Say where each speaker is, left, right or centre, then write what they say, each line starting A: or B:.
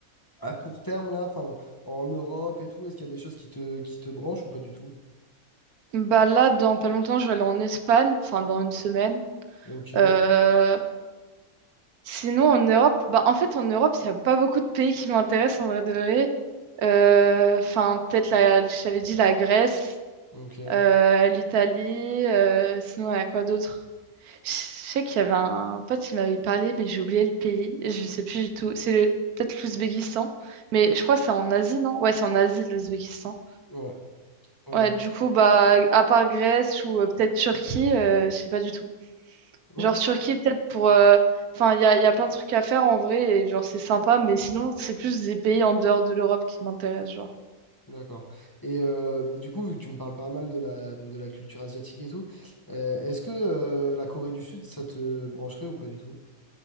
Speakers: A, on the left; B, on the right.
A: à court terme, là, enfin, en Europe et tout, est-ce qu'il y a des choses qui te, qui te branchent ou pas du tout?
B: Bah là, dans pas longtemps, je vais aller en Espagne, enfin, dans une semaine.
A: Ok,
B: Euh, Sinon, en Europe, bah, en fait, en Europe, il n'y a pas beaucoup de pays qui m'intéressent en vrai de vrai. Euh, Enfin, peut-être, la, je t'avais dit la Grèce,
A: ok.
B: euh, l'Italie, euh, sinon, il y a quoi d'autre? Je sais qu'il y avait un pote qui m'avait parlé, mais j'ai oublié le pays. Je ne sais plus du tout. C'est le- peut-être l'Ouzbékistan, mais je crois que c'est en Asie, non? Ouais, c'est en Asie, l'Ouzbékistan.
A: Ouais. ouais,
B: Ouais, du coup, bah, à part Grèce ou euh, peut-être Turquie, euh, je sais pas du tout.
A: Ok,
B: Genre Turquie, peut-être pour. euh, Enfin, il y a, il y a plein de trucs à faire en vrai, et genre c'est sympa, mais sinon, c'est plus des pays en dehors de l'Europe qui m'intéressent, genre.
A: d'accord. Et euh, du coup, vu que tu me parles pas mal de la, de la culture asiatique et tout, euh, est-ce que euh, la Corée du Sud, ça te brancherait ou pas du tout?